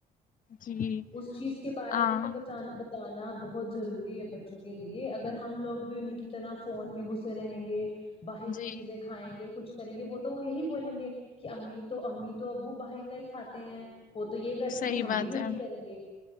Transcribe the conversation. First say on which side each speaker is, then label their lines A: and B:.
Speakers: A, on the left (about 50°); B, on the left (about 35°).
A: جی
B: اس چیز کے بارے
A: ہاں
B: تو بچان ب تانہ بہت ضروری ہے بچوں کے لیے اگر ہم لوگ بھی انہی کی طرح فون میں گھسے رہیں گے باہر کی
A: جی
B: چیزیں کھائیں گے کچھ کریں گے وہ تو وہ یہی بولیں گے کہ امی تو امی تو ابو باہر کا ہی کھاتے ہیں وہ تو یہ کرتے
A: صحیح
B: ہیں ہم
A: بات
B: بھی یہی
A: ہے
B: کریں گے